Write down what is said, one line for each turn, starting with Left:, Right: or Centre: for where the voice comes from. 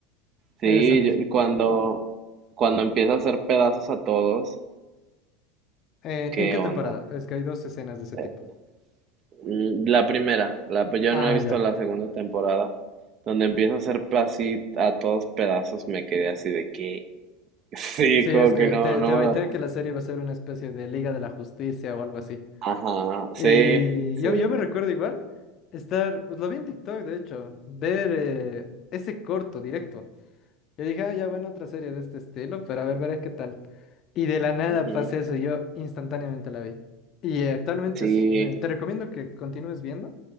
Right: Sí,
Left: Esa misma.
Right: yo- cuando, cuando empieza a hacer pedazos a todos,
Left: Eh,
Right: qué
Left: ¿en qué
Right: onda.
Left: temporada? Es que hay dos escenas de ese tipo.
Right: Eh, mm, La primera, la, yo
Left: Ah,
Right: no he visto
Left: ya.
Right: la segunda temporada, donde empieza a hacer pe- así a todos pedazos, me quedé así de que, <laughs> sí,
Left: Sí,
Right: como
Left: es que
Right: que no,
Left: te,
Right: no,
Left: te baité
Right: me lo-
Left: que la serie va a ser una especie de Liga de la Justicia o algo así.
Right: ajá, sí,
Left: Y
Right: sí,
Left: yo, yo me recuerdo igual estar, pues, lo vi en TikTok, de hecho, ver eh, ese corto directo. Yo dije, ah, ya bueno, otra serie de este estilo, pero a ver, veré qué tal. Y de la nada
Right: ujú,
Left: pasé eso, y yo instantáneamente la vi. Y eh, actualmente
Right: sí,
Left: es- eh, te recomiendo que continúes viendo,